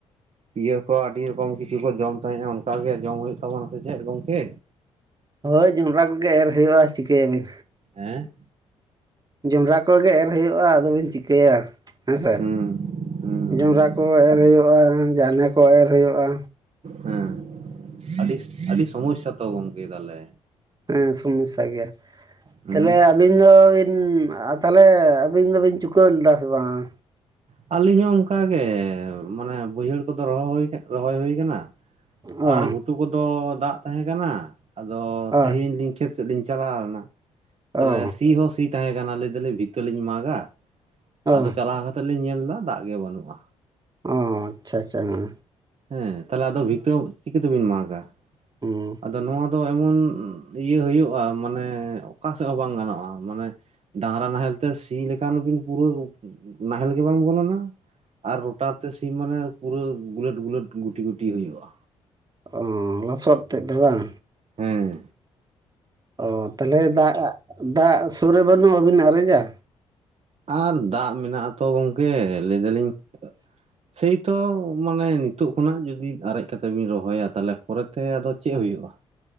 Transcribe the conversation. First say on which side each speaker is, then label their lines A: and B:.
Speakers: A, on the right; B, on the right.
A: ᱤᱭᱟᱹ ᱠᱚ ᱟᱹᱰᱤ ᱨᱚᱠᱚᱢ ᱠᱤᱪᱷᱩ ᱠᱚ ᱡᱚᱢ ᱛᱟᱦᱮᱸᱼᱟ ᱚᱱᱠ ᱜᱮ ᱡᱚᱢ ᱦᱩᱭᱩᱜ ᱛᱟᱵᱚᱱᱟ ᱥᱮ ᱪᱮᱫ ᱜᱚᱢᱠᱮ?
B: ᱦᱳᱭ ᱡᱚᱸᱰᱨᱟ ᱠᱚᱜᱮ ᱮᱨ ᱦᱩᱭᱩᱜᱼᱟ ᱪᱤᱠᱟᱹᱭᱟᱵᱤᱱ,
A: ᱦᱮᱸ,
B: ᱡᱚᱸᱰᱨᱟ ᱠᱚᱜᱮ ᱮᱨ ᱦᱩᱭᱩᱜᱼᱟ ᱟᱫᱚᱵᱤᱱ ᱪᱤᱠᱟᱹᱭᱟ, ᱦᱮᱸᱥᱮ,
A: ᱦᱩᱸ ᱦᱩᱸ
B: ᱡᱚᱸᱰᱨᱟ ᱠᱚ ᱮᱨ
A: ᱟᱹᱰᱤ
B: ᱦᱩᱭᱩᱜᱼᱟ ᱡᱟᱱᱦᱮ ᱠᱚ ᱮᱨ ᱦᱩᱭᱩᱜᱼᱟ᱾
A: ᱦᱮᱸ, ᱟᱹᱰᱤ ᱟᱹᱰᱤ ᱥᱚᱢᱚᱥᱥᱟ ᱛᱚ ᱜᱚᱝᱠᱮ ᱛᱟᱦᱚᱞᱮ?
B: ᱦᱮᱸ ᱥᱚᱢᱚᱥᱥᱟ ᱜᱮᱭᱟ,
A: ᱦᱩᱸ
B: ᱛᱟᱦᱚᱞᱮ ᱟᱹᱵᱤᱱ ᱫᱚ ᱵᱤᱱ ᱛᱟᱦᱚᱞᱮ ᱟᱹᱵᱤᱱ ᱫᱚᱵᱤᱱ ᱪᱩᱠᱟᱹᱣ ᱞᱮᱫᱟ ᱥᱮ ᱵᱟᱝ?
A: ᱟᱹᱞᱤᱧ ᱦᱚᱸ ᱚᱱᱠᱟᱜᱮ ᱢᱟᱱᱮ ᱵᱟᱹᱭᱦᱟᱹᱲ ᱠᱚᱫᱚ ᱨᱚᱦᱚᱭ ᱦᱳᱭ ᱨᱚᱦᱚᱭ ᱦᱩᱭ ᱟᱠᱟᱱᱟ᱾
B: ᱚ
A: ᱟᱨ ᱜᱷᱩᱴᱩ ᱠᱚᱫᱚ ᱫᱟᱜ ᱛᱟᱦᱮᱸ ᱠᱟᱱᱟ ᱟᱫᱚ
B: ᱚ
A: ᱛᱮᱦᱮᱧ ᱞᱤᱧ ᱠᱷᱮᱛ ᱥᱮᱫ ᱞᱤᱧ ᱪᱟᱞᱟᱣᱱᱟ
B: ᱚ
A: ᱛᱟᱦᱞᱮ ᱥᱤ ᱦᱚᱸ ᱥᱤ ᱛᱟᱦᱮᱸ ᱠᱟᱱᱟ ᱞᱟᱹᱭ ᱫᱟᱹᱞᱤᱧ ᱵᱷᱤᱛᱟᱹ ᱞᱤᱧ ᱢᱟᱜᱟ
B: ᱚ
A: ᱟᱫᱚ ᱪᱟᱞᱟᱣ ᱠᱟᱛᱮᱜ ᱞᱤᱧ ᱧᱮᱞ ᱮᱫᱟ ᱫᱟᱜ ᱜᱮ ᱵᱟᱹᱱᱩᱜᱼᱟ᱾
B: ᱚ, ᱟᱪᱪᱷᱟ, ᱟᱪᱪᱷᱟ, ᱦᱮᱸ,
A: ᱦᱮᱸ, ᱛᱟᱦᱚᱞᱮ ᱟᱫᱚ ᱵᱷᱤᱛᱟᱹ ᱪᱤᱠᱟᱹᱛᱮᱵᱤᱱ ᱢᱟᱜᱟ?
B: ᱦᱩ,
A: ᱟᱫᱚ ᱱᱚᱣᱟ ᱫᱚ ᱮᱢᱚᱱ ᱤᱭᱟᱹ ᱦᱩᱭᱩᱜᱼᱟ ᱢᱟᱱᱮ ᱚᱠᱟ ᱥᱮᱫ ᱦᱚᱸ ᱵᱟᱝ ᱜᱟᱱᱚᱜᱼᱟ ᱢᱟᱱᱮ᱾ ᱰᱟᱝᱨᱟ ᱱᱟᱦᱮᱞ ᱛᱮ ᱥᱤ ᱞᱮᱠᱷᱟᱱ ᱵᱤᱱ ᱯᱩᱨᱟᱹ ᱱᱟᱦᱮᱞ ᱜᱮ ᱵᱟᱝ ᱵᱚᱞᱚᱱᱟ᱾ ᱟᱨ ᱨᱚᱴᱟᱨ ᱛᱮ ᱥᱤᱢ ᱢᱟᱱᱮ ᱯᱩᱨᱟᱹ ᱜᱩᱞᱟᱹᱴ ᱜᱩᱞᱟᱹᱴ ᱜᱩᱴᱤ ᱜᱩᱴᱤ ᱦᱩᱭᱩᱜᱼᱟ᱾
B: ᱚ ᱞᱚᱥᱚᱫ ᱛᱮᱫ ᱫᱚ ᱵᱟᱝ?
A: ᱦᱮᱸ,
B: ᱚ ᱛᱟᱦᱚᱞᱮ ᱫᱟᱜ ᱫᱟᱜ ᱥᱩᱨ ᱨᱮ ᱵᱟᱹᱱᱩᱜ ᱵᱟᱹᱵᱤᱱ ᱟᱨᱮᱡᱟ?
A: ᱟᱨ ᱫᱟᱜ ᱢᱮᱱᱟᱜ ᱟᱛᱚ ᱜᱚᱝᱠᱮ ᱞᱟᱹᱭ ᱫᱟᱞᱤᱧ ᱥᱮᱭᱛᱚ ᱢᱟᱱᱮ ᱱᱤᱛᱚᱜ ᱠᱷᱚᱱᱟᱜ ᱡᱩᱫᱤ ᱟᱨᱮᱡ ᱠᱟᱛᱮᱵᱤᱱ ᱨᱚᱦᱚᱭᱟ ᱛᱟᱦᱚᱞᱮ ᱯᱚᱨᱮᱛᱮ ᱟᱫᱚ ᱪᱮᱫ ᱦᱩᱭᱩᱜᱼᱟ?